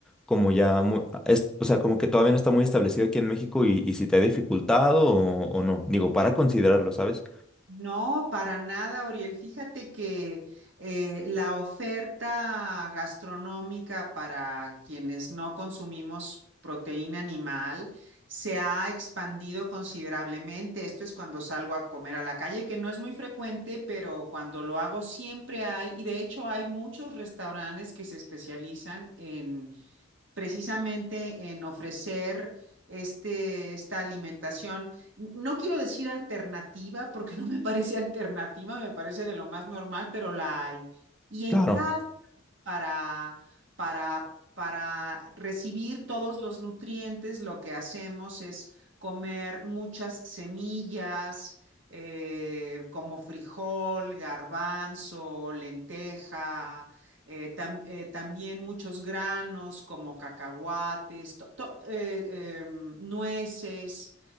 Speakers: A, in the centre; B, on the right (about 65°).
A: como ya, mu- ah, es- o sea, como que todavía no está muy establecido aquí en México y, y si te ha dificultado o, o no. Digo, para considerarlo, ¿sabes?
B: No, para nada, Oriel. Fíjate que eh, la oferta gastronómica para quienes no consumimos proteína animal se ha expandido considerablemente. Esto es cuando salgo a comer a la calle, que no es muy frecuente, pero cuando lo hago siempre hay, y de hecho hay muchos restaurantes que se especializan en precisamente en ofrecer este, esta alimentación, no quiero decir alternativa, porque <laughs> no me parece alternativa, me parece de lo más normal, pero la hay. Y en
A: Claro,
B: cada para, para, para recibir todos los nutrientes, lo que hacemos es comer muchas semillas, eh, como frijol, garbanzo, lenteja, eh, tam- eh, también muchos granos como cacahuates, to- to- eh, em, nueces.